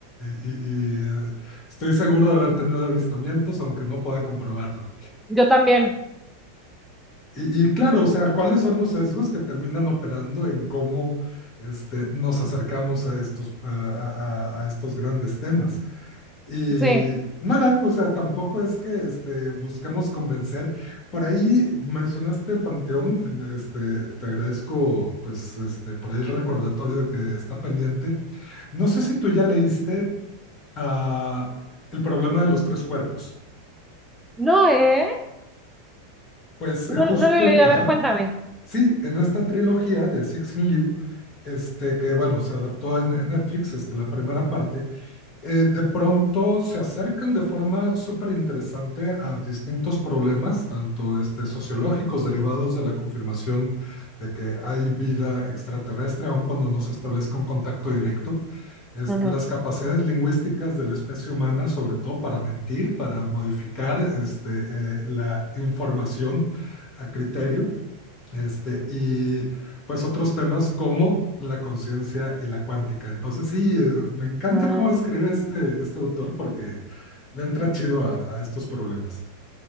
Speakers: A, on the left; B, in the centre.
A: Y, y- y, eh, estoy seguro de haber tenido avistamientos, aunque no pueda comprobarlo.
B: yo también.
A: Y, y claro, o sea, ¿cuáles son los sesgos que terminan operando en cómo este, nos acercamos a estos, a, a, a estos grandes temas? Y
B: Sí.
A: nada, o sea, tampoco es que este, busquemos convencer. Por ahí mencionaste Panteón, em, este, te agradezco pues este, por ahí el recordatorio de que está pendiente. No sé si tú ya leíste ah, El problema de los tres cuerpos.
B: No, ¿eh?
A: Pues
B: No,
A: justo,
B: no lo he leído.
A: ajá.
B: A ver, cuéntame.
A: Sí, en esta trilogía de Sixin Liu, este, que bueno, se adaptó en, en Netflix, este, la primera parte, eh, de pronto se acercan de forma súper interesante a distintos problemas, tanto este, sociológicos derivados de la confirmación de que hay vida extraterrestre, aun cuando no se establezca un contacto directo, este,
B: Ujú.
A: las capacidades lingüísticas de la especie humana, sobre todo para mentir, para modificar este, eh, la información a criterio este, y pues otros temas como la conciencia y la cuántica. Entonces, sí, eh, me encanta
B: Mm.
A: cómo escribe este, este autor porque le entra chido a, a estos problemas.